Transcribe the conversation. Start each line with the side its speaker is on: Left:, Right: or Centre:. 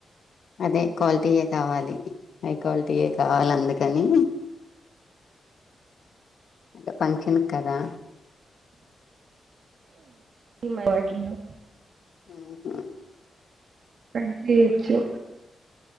Left: అదే క్వాలిటీయే కావాలి హై క్వాలిటీయే కావాలి అందుకని అంటే ఫంక్షన్ కదా
Right: ఏమో ఎట్లుందో
Left: ఉహూ
Right: పైన చేయచ్చు